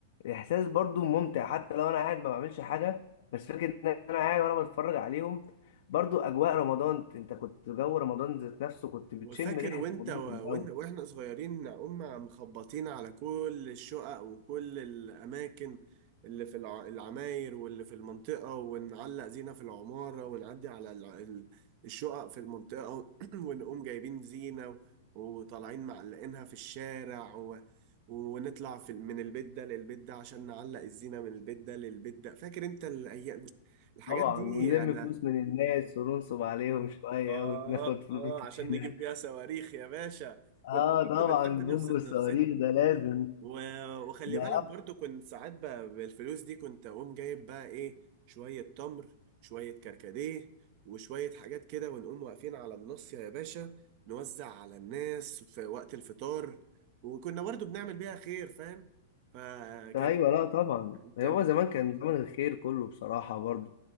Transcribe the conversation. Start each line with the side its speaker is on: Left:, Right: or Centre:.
Left: احساس برضو ممتع حتى لو انا قاعد ما بعملش حاجه بس فكره ان انا قاعد وانا بتفرج عليهم برضو اجواء رمضان انت كنت جو رمضان ذات نفسه كنت بتشم
Right: وفاكر
Left: ريحه
Right: وانت
Left: رمضان
Right: و...
Left: في الجو
Right: وإن- واحنا صغيرين أم مخبطين على كل الشقق وكل الأماكن اللي في الع... العماير واللي في المنطقة ونعلق زينة في العمارة ونعدي على الع... ال- الشقق في المنطقة و- <clears throat> ونقوم جايبين زينة وطالعين معلقينها في الشارع و... ونطلع في... من البيت ده للبيت ده عشان نعلق الزينة من البيت ده للبيت ده فاكر انت الأيام الحاجات
Left: طبعا
Right: دي
Left: ونلم
Right: أنا
Left: فلوس من الناس وننصب عليهم شويه
Right: آه
Left: وناخد فلوس
Right: آه عشان
Left: من هنا
Right: نجيب بيها صواريخ يا باشا
Left: اه
Right: كنا
Left: طبعا
Right: برضه بنحب نبسط
Left: بومبو الصواريخ
Right: نفسنا
Left: ده لازم
Right: و... وخلي
Left: ده
Right: بالك برضه كنت ساعات ب... بالفلوس دي كنت أقوم جايب بقى إيه شوية تمر شوية كركديه وشوية حاجات كده ونقوم واقفين على النص يا باشا نوزع على الناس في وقت الفطار وكنا برضه بنعمل بيها خير فاهم فكان
Left: ايوه لا طبعا يعني
Right: كان
Left: هو زمان كان زمن الخير كله بصراحه برضو